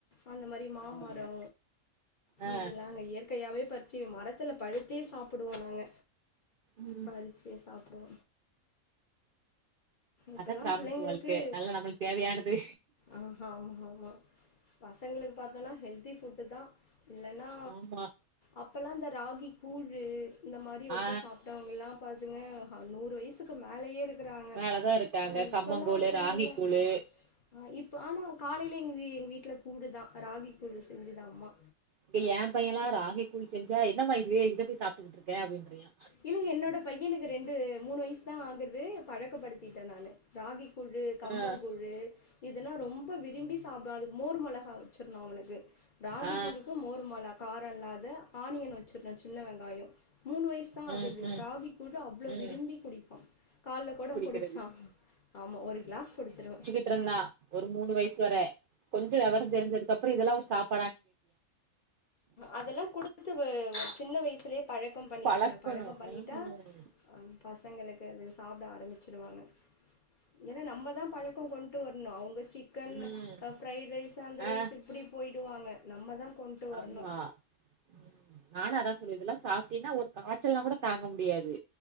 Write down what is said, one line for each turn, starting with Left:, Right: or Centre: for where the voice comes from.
Left: அந்த மாரி மாமரொ
Right: பரவால்ல ஆ
Left: இதெல்லா அங்க இயற்க் கையாவே பறிச்சி மரத்துல பழுத்தே சாப்டுவோ நாங்க
Right: ம்
Left: பறி சியே சாப்டுவோ இப்பல்லா
Right: அதா கிராமத்து
Left: பிள்ளைங்களுக்கு
Right: வாழ்க்கை நல்ல நம்மளுக்கு தேவையானது
Left: ஆஹா ஆமா ஆமா பசங்களுக்கு பாத்தோன்னா ஹெல்தி ஃபுட்டு தா இல்லன்னா
Right: ஆமா
Left: அப்பல்லா இந்த ராகி கூழு இந்த மாரி வச்சு
Right: ஆ
Left: சாப்ட்டவங்கலாம் பாதுங்க நூறு வயசுக்கு மேலேயே இருக் க்றாங்க
Right: மேலதா இருக்காங்க
Left: இப்பல்லா
Right: கம்மங்கூழு
Left: அப்புடி
Right: ராகி
Left: இல்ல
Right: கூழு
Left: ஆ இப்ப ஆனா காலைல எங் வீ எங்க வீட்ல கூழு தா ராகி கூழு செஞ்சுது அம்மா
Right: இங்க ஏ பையலா ராகி கூழ் செஞ்சா என்னம்மா இது இத போயி சாப்ட்டுக்கிட்டு இருக்க அப்டின்றியா
Left: இல்ல என்னோட பையனுக்கு ரெண்டு மூணு வயசு தா ஆகுது பழக்கப்படுத்திட்டே நானு ராகி கூலு கம்மங்
Right: ஆ
Left: கூலு இதெல்லா ரொம்ப விரும்பி சாப் டுவா அதுக்கு மோர் மொளகா வச்சிர்னு அவனுக்கு ராகி
Right: ஆ ஆ.
Left: கூழ்க்கூ மோர்மொளாக காரொல்லாத ஆனியன் வச்சிர்னு சின்ன வெங்காயொ மூணு வயசு தா ஆகுது
Right: ம் ம்
Left: ராகி கூழ் அவ்ளோ
Right: ம்
Left: விரும்பி குடிப்பா கால்ல கூட
Right: குடிக்கிறது
Left: குடிச்சான் ஆமா ஒரு கிளாஸ் குடுத்துருவ
Right: ட்ருந்தா ஒரு மூணு வயசு வர கொஞ்சொ வெவரந் தெரிஞ்சதுக்குப்புறொ இதெல்லா ஒரு சாப்
Left: அதெல்லா குடுத்து சின்ன வயசிலே பழக் பழக்கம் பண்ணிடுங்க
Right: பழக்கணு
Left: பழக்கம் பண்ணிட்டா
Right: ம்
Left: பசங்களுக்கு அது சாப்ட ஆரம்பிச்சிருவாங்க ஏன்னா நம்ப
Right: ஆமா
Left: தா பழக்கொ கொண்டு வர்ணு அவுங்க சிக் க்கன்
Right: ம்
Left: ஃப்ரைட் ரைஸ் அந்த
Right: ஆ
Left: ரைஸ் இப்புடி போயிடுவாங்க நம்ம தா கொண்டு வரணு
Right: ஆமா ம் நானு அதா சொல்லுவே இதெல்லா சாப்ட்டீன்னா ஒரு காய்ச்சல்னா கூட தாங்க முடியாது